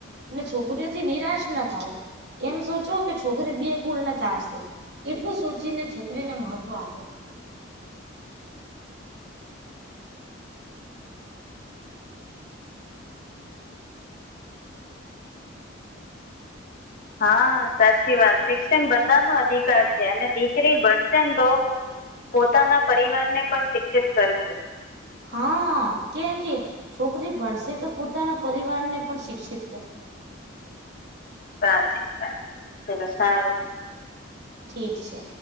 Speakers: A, on the right (about 55°); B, on the left (about 45°).
A: અને છોકરીઓથી નિરાશ ના થાવો એમ સોચો કે છોકરી બે કુલને તારશે એટલું સોચીને છોકરીને મહત્વ આપો
B: હા સાચી વાત શિક્ષણ બધાનો અધિકાર છે અને દીકરી ભણશે ને તો પોતાના પરિવારને પણ શિક્ષિત કરે છે
A: હા કેમકે છોકરી ભણશે તો પોતાના પરિવારને પણ શિક્ષિત કરશે
B: સાચી વાત ચલો સારું
A: ઠીક છે